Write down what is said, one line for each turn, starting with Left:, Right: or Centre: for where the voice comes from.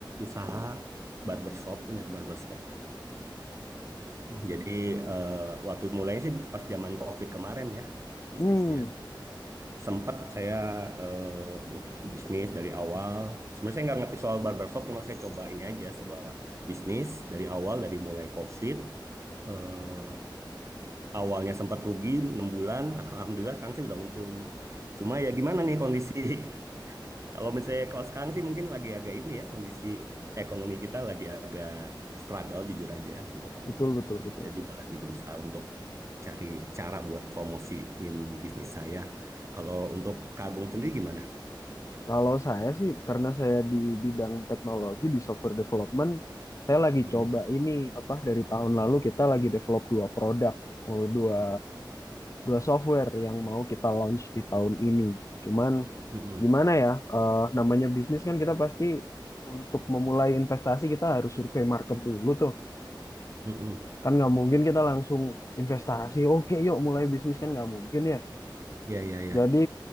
Right: usaha barbershop, punya barbershop. Jadi eh, waktu mulainya sih pas zaman COVID kemarin ya bisnisnya.
Left: Hmm,
Right: Sempet saya eh, bisnis dari awal. Sebenarnya saya nggak ngerti soal barbershop, cuma saya coba ini aja, coba bisnis dari awal dari mulai COVID. eh, awalnya sempat rugi 6 bulan, alhamdulillah sekarang sih udah untung. Cuma ya gimana nih kondisi <laughs> kalau misalnya kalau sekarang sih mungkin lagi agak ini ya kondisi ekonomi kita lagi agak struggle jujur aja gitu kan.
Left: betul betul betul.
Right: Saya juga lagi berusaha untuk cari cara buat promosiin bisnis saya. Kalau untuk Kagung sendiri gimana?
Left: Kalau saya sih karena saya di bidang teknologi di software development, saya lagi
Right: Mm-mm.
Left: coba ini apa dari tahun lalu kita lagi develop dua produk, oh, dua dua software yang mau kita launch di tahun ini. Cuman
Right: Mm-mm.
Left: gimana ya eh, namanya bisnis kan kita pasti untuk memulai investasi kita harus survei market dulu tuh
Right: Mm-mm.
Left: kan nggak mungkin kita langsung investasi oke yuk mulai bisnis kan nggak mungkin ya
Right: Ya ya ya.
Left: jadi